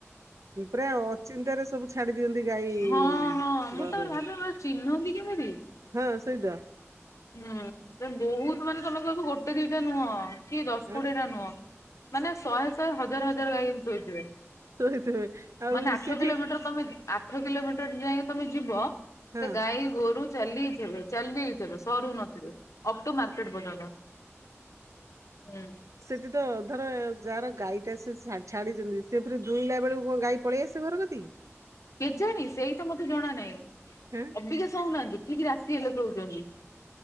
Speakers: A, on the right; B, on the left.
A: ଏ ପୁରା ଅଚିନ୍ତାରେ ସବୁ ଛାଡ଼ି ଦିଅନ୍ତି ଗାଈ
B: ହଁ ହଁ ମୁଁ
A: ବଳଦକୁ।
B: ତାପରେ ଭାବେ ପୁରା ଚିହ୍ନନ୍ତି କେମିତି?
A: ହଁ ସେଇତ।
B: ହୁଁ ବହୁତ ମାନେ ତମେ କହିବ ଗୋଟେ ଦିଟା ନୁହଁ କି ଦଶ
A: ଆଁ
B: କୋଡ଼ିଏ ଟା ନୁହଁ ମାନେ ଶହେ ଶହେ ହଜାର ହଜାର ଗାଈ ଏମିତି ଶୋଇଥିବେ।
A: ଶୋଇଥିବେ ଆଉ
B: ମାନେ ଆଠ
A: ସେଠି
B: କିଲୋମିଟର ତମେ ଆ ଆଠ କିଲୋମିଟର ଯାଏଁ ତମେ ଯିବ ସେ
A: ହଁ
B: ଗାଈ ଗୋରୁ ଚାଲିଥିବେ ଚାଲିଥିବେ। ଡରୁ ନ ଥିବେ ଅକ୍ଟୋ ମାର୍କେଟ ପର୍ଯ୳ନ୍ତ ହୁଁ
A: ଯିଏତ ଧର ଯାହାର ଗାଈଟା ସେ ସା ଛାଡ଼ିଚନ୍ତି ସେ ଫେରେ ଦୁଇଁଲା ବେଳକୁ କଣ ଗାଈ ପଳେଇ ଆସେ ଘର କତିକି।
B: କେଜାଣି ସେଇ ତ ମତେ ଜଣା ନାହିଁ।
A: ହେଁ
B: ଅବିକା ଶୋଉନାହାନ୍ତି ଠିକ୍ ରାତି ହେଲେ ଶୋଉଛନ୍ତି